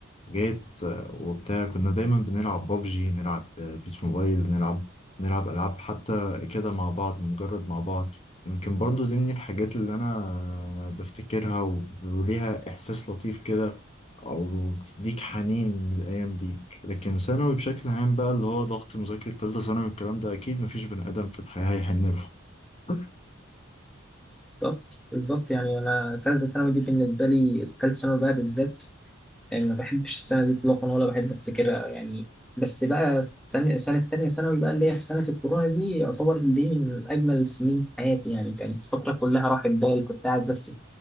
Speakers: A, on the left; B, in the centre.
A: جيت آه، وبتاع كنا دايما بنلعب بابجي نلعب آه، بيس موبايل نلعب نلعب ألعاب حتى كده مع بعض مجرد مع بعض يمكن برضو دي من الحاجات اللي أنا آه، بفتكرها و- وليها إحساس لطيف كده أو تديك حنين للأيام دي لكن ثانوي بشكل عام بقى اللي هو ضغط مذاكرة تالتة ثانوي الكلام ده أكيد مفيش بني آدم في الحياة هيحن له <laughs>
B: بالظبط بالظبط يعني انا تالتة ثانوي دي بالنسبة لي تالتة ثانوي بقى بالذات يعني ما بحبش السنة دي اطلاقا ولا بحب افتكرها يعني بس بقى سنة سنة تانية ثانوي بقى اللي هي في سنة الكورونا دي يعتبر دي من أجمل السنين في حياتي يعني كانت الفترة كلها راحت بال كنت قاعد بس في